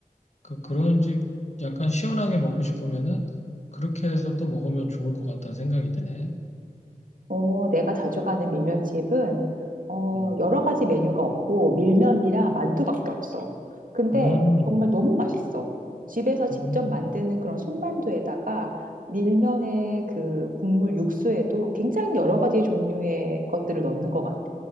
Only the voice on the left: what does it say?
그 그런 집 약간 시원하게 먹고 싶으면은 그렇게 해서 또 먹으면 좋을 것 같다는 생각이 드네.
음,
음,
음,
음,